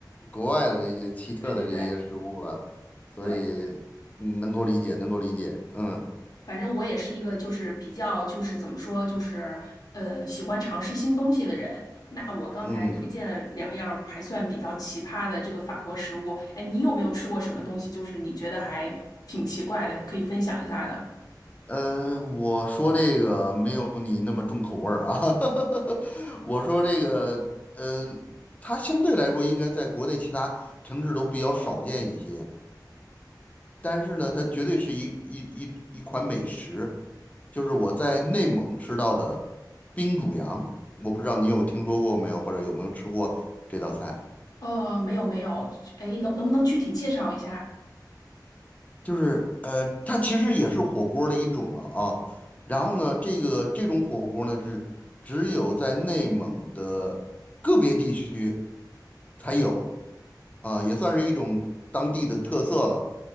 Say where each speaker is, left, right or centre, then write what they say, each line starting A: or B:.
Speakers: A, on the left (about 20°); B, on the left (about 60°).
A: 国外的这些奇特的这些食物了，
B: 对对对
A: 所以嗯能够理解，
B: 对。
A: 能够理解，嗯
B: 反正我也是一个就是比较就是怎么说就是呃喜欢尝试新东西的人。那我刚才推荐了两样儿还算比较奇葩的这个法国食物，
A: 嗯。
B: 哎，你有没有吃过什么东西？就是你觉得还挺奇怪的，可以分享一下的？
A: 呃，我说这个没有你那么重口味儿啊，<laughs> 我说这个，呃，它相对来说应该在国内其他城市都比较少见一些，但是呢，它绝对是一一一一款美食，就是我在内蒙吃到的冰煮羊，我不知道你有听说过没有，或者有没有吃过这道菜。
B: 呃，没有没有，哎，能能不能具体介绍一下？
A: 就是呃，它其实也是火锅儿的一种了啊。然后呢，这个这种火锅儿呢是只有在内蒙的个别地区才有啊，也算是一种当地的特色了。